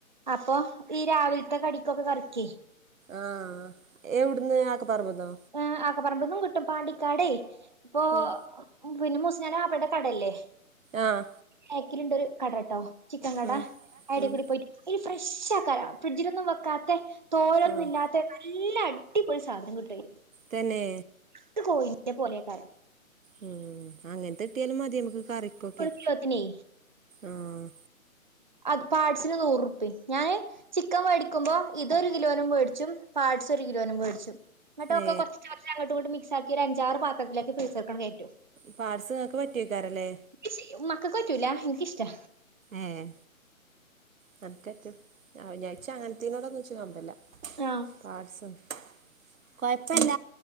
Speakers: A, on the right; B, on the right.
A: അപ്പൊ ഈ രാവിലത്തെ കടിക്കൊക്കെ കറക്കി
B: ആഹ് എവിടുന്ന് ആക്കെപ്പറമ്പന്നോ?
A: എഹ് ആക്കെപ്പറമ്പന്നും കിട്ടും പാണ്ടിക്കാടേ ഇപ്പൊ
B: ഉം
A: പിന്നെ മൂസ്നാനെ വാപ്പേടെ കടയില്ലേ
B: ആഹ്
A: ബാക്കിലുണ്ട് ഒരു കടട്ടോ, ചിക്കൻ കട
B: ഉം
A: അയിടെ
B: ഉം
A: കൂടി പോയിട്ട്. അ ഫ്രഷ് ആക്കരാ ഫ്രിഡ്ജിലൊന്നും വെക്കാത്തെ, തോലൊന്നും
B: ആഹ്
A: ഇല്ലാത്തെ. നല്ല അടിപൊളി സാധനം കിട്ടുവയില്.
B: തന്നെ
A: ഇത് കോയിന്റെ പോലേയക്കാലോ
B: ഉം അങ്ങനത്തെട്ടിയാലും മതി നമ്മക്ക് കറിക്കോക്കെ,
A: കിലോത്തിനേ
B: ആഹ്
A: അത് പാട്സിന് നൂറ് റുപ്പി ഞാന് ചിക്കൻ മേടിക്കുമ്പോ ഇതൊരു കിലോനും മേടിച്ചും പാട്സ് ഒരു കിലോനും മേടിച്ചും എന്നട്ടൊക്കെ
B: ഏ
A: കൊറച്ച് കൊറച്ച് അങ്ങോട്ടും ഇങ്ങോട്ടും മിക്സ് ആക്കി ഒരു അഞ്ചാറ് പാത്രത്തിലാക്കി ഫ്രീസറക്കങ്ങ് കേറ്റും.
B: പാട്‌സ് ഒക്കെ വറ്റി വെക്കാറില്ലേ.
A: ശ്ശി മക്കക്ക് പറ്റൂല്ല. എനിക്ക് ഇഷ്ടാ
B: ഏഹ് നെനക്കറ്റോ ഞാൻ വിചാരിച്ചു അങ്ങനത്തീനോടൊന്നും <unintelligible>
A: ആഹ്
B: പാഡ്സാൺ കൊഴപ്പല്ല